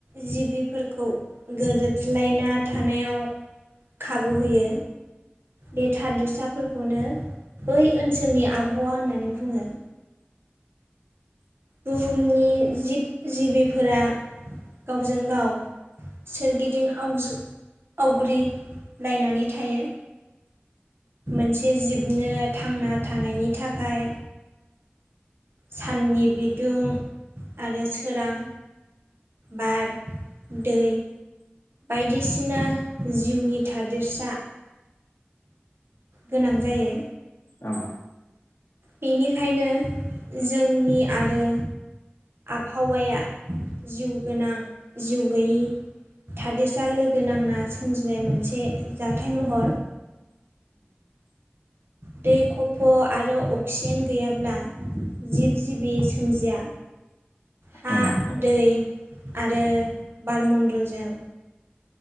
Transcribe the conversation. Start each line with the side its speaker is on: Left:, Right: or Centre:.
Right: जिबिफोरखौ गोरोब। ज्लायना थानायाव खाबु होयो। बे थादेरसाफोरखौनो बै ओनसोलनि आबहावा होननानै बुङो। बुहुमनि जिब जिबिफोरा गावजों गाव। सोरगिदिं आवजु आवग्रिलायनानै थायो। मोनसे जिबनो थांना थानायनि थाखाय। साननि बि। दुं आरो सोरां बार दै। बायदिसिना जिउनि थादेरसा। गोनां जायो।
Left: ओं।
Right: बेनिखायनो जोंनि आरो। आबहावाया जिउ गोनां जिउ गैयि। थादेसाआ लोगो नांना सोमजिनाय मोनसे जाथाय महर। दै खफ' आरो अक्सिजेन गैयाब्ला। जिब जिबि सोमजिया। हा
Left: ओं नोंथां
Right: दै आरो बार मण्डलजों।